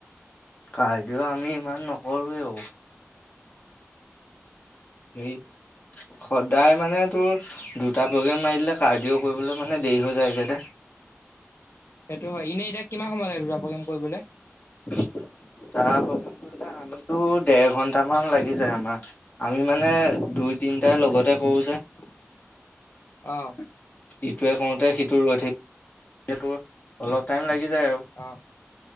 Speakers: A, on the left; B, on the left.
A: কাৰ্ডিঅ' আমি ইমান নকৰোৱেই বাৰু। হেৰি
B: <inaudible>
A: সদায় মানে তোৰ দুটা প্ৰগ্ৰেম মাৰি দিলে কাৰ্ডিঅ' কৰিবলৈ মানে দেৰি হৈ যায়গৈ দে।
B: সেইটো হয়। এনেই এতিয়া কিমান সময় লাগে দুটা প্ৰগ্ৰেম। কৰিবলৈ
A: দুটা প্ৰগ্ৰেম কৰিলে আমিতো দেৰ ঘন্টা মান লাগি যায় আমাৰ। আমি মানে দুই তিনিটাই লগতে কৰো যে।
B: <inaudible> অ',
A: ইটোৱে কৰোতে সিটো ৰৈ থাকে তো অলপ। লাগি যায় আৰু
B: অঁ